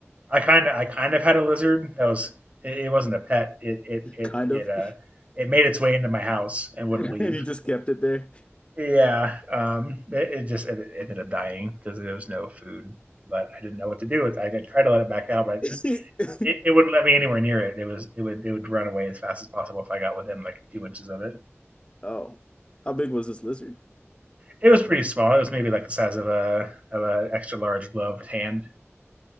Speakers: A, on the right (about 30°); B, on the left (about 25°).
A: I kind of I kind of had a lizard that was it, it wasn't a pet. It it it
B: kind
A: it
B: of.
A: uh
B: <laughs>
A: it made its way into my house and wouldn't
B: And
A: leave.
B: he just kept it there.
A: Yeah, um, it, it just it, it ended up dying because there was no food. But I didn't know what to do with. it. I didn't try to let it back out, but
B: <laughs>
A: it, it wouldn't let me anywhere near it. It was it would it would run away as fast as possible if I got within like two inches of it.
B: Oh, how big was this lizard?
A: It was pretty small. It was maybe like the size of a of an extra large gloved hand.